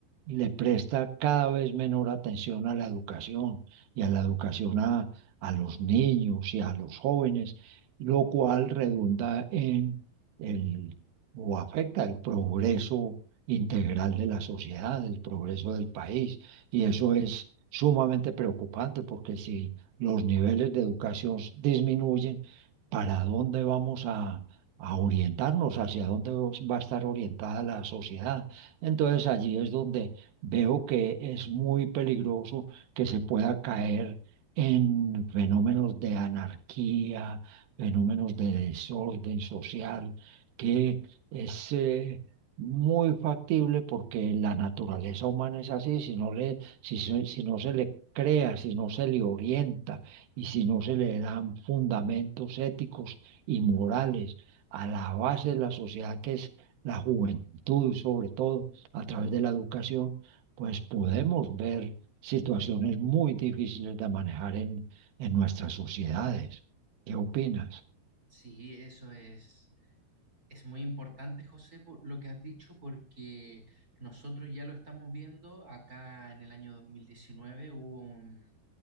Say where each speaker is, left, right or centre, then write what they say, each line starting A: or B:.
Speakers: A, on the right; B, on the right.
A: le presta cada vez menor atención a la educación y a la educación a a los niños y a los jóvenes, lo cual redunda en el o afecta el progreso integral de la sociedad, el progreso del país. Y eso es sumamente preocupante porque si los niveles de educación disminuyen, ¿para dónde vamos a, a orientarnos? ¿Hacia dónde va a estar orientada la sociedad? Entonces allí es donde veo que es muy peligroso que se pueda caer en fenómenos de anarquía, fenómenos de desorden social, que es eh, muy factible porque la naturaleza humana es así, si no le, si, se- si no se le crea, si no se le orienta y si no se le dan fundamentos éticos y morales a la base de la sociedad que es la juventud, sobre todo a través de la educación, pues podemos ver situaciones muy difíciles de manejar en, en nuestras sociedades. ¿Qué opinas?
B: Sí, eso es. Es muy importante, José, por lo que has dicho, porque nosotros ya lo estamos viendo. Acá en el año 2019 hubo un,